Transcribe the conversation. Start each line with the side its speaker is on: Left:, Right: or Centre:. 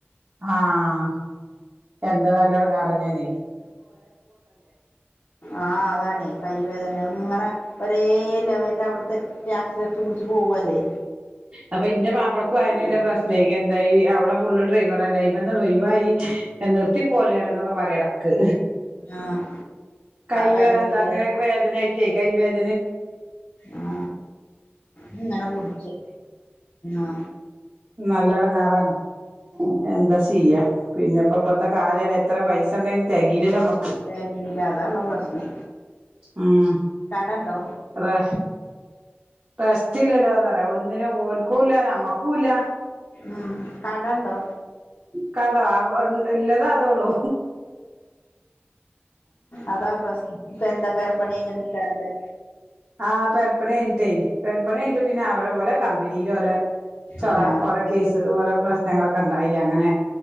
Right: ആഹ് എന്താ നല്ലൊരു കാർ യെന്നാണെ
Left: ആ അതാണ്കൈ വേദന ഇങ്ങനെ ഒരു ഒരേ ലെവല അവിടുത്തെ ആക്സിലേറ്റർ പിടിച്ച് പോവല്ലേ
Right: അപ്പൊ ഇന്റെ മാപ്പളക്കും ആയന എന്റെ പ്രശ്ന എന്ത ഈ അവിടെ ഫുള് ഡ്രൈവർ ആയി അയിമ്മന്നാണ്ട് ഒഴിവായി നിർത്തി പോരാണ് എന്നൊക്കെ പറയാണ് ഇടക്ക്
Left: ആഹ്
Right: കൈ
Left: കൈകൊണ്ട്
Right: എന്താ അങ്ങനെ വേദനായിട്ട്. കൈ വേദന
Left: ആ ഇങ്ങനെ കുടിച്ച ആ
Right: നല്ലൊരു കാറാണ് എന്താ ചെയ്യാ പിന്നെപ്പം ഇപ്പത്തെ കാലല്ലെ എത്ര പൈസ ഉണ്ടെങ്കിലും തെകയില്ലല്ലൊ നമക്ക്
Left: തെകയുല അതാ പ്രശ്നം
Right: ഉം
Left: കടണ്ടോ
Right: അതെ റെസ്റ്റ്ല്ലല്ലോന്ന് പറയാ ഒന്നിനും ഓൽക്കുല്ല നമ്മക്കുല്ല
Left: ഉം കടണ്ടോ
Right: കടോ ഇല്ലത് അതോളൂ
Left: അതാ പ്രശ്നം ഇപ്പൊ എന്താ പെരപണി കഴഞ്ഞതെക്കരല്ലേ
Right: ആ പെരപണി കഴിഞ്ഞിട്ടേ പെര പണി കഴിഞ്ഞിടെട്ട് പിന്നെ അവരെ പോലെ കമ്പനിൽ ഓലെ ചൊറ
Left: ആഹ്
Right: ഓരോ കേസ് ഓരോ പ്രശ്നങ്ങളൊക്കെ ഉണ്ടായി അങ്ങനെ